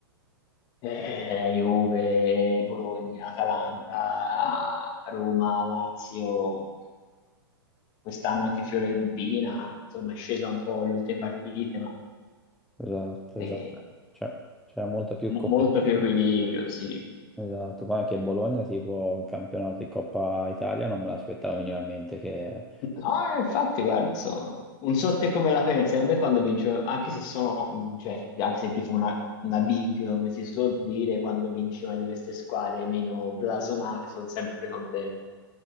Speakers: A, on the left; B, in the centre.
A: eh, Juve, Bologna, Atalanta, Roma, Lazio, quest'anno anche Fiorentina, insomma è scesa un po' le ultime partite, ma
B: esatto,
A: eh,
B: esatto. Cioè, c'era molta più
A: mo-
B: competizione.
A: molto più equilibrio, sì.
B: Esatto, poi anche Bologna, tipo il campionato di Coppa Italia, non me l'aspettavo minimamente che...
A: Ah, infatti, guarda, so- non so te come la pensi, a me quando vince, anche se sono, cioè, anche se tipo una, una big, come si suol dire, quando vince una di queste squadre meno blasonate, sono sempre contento.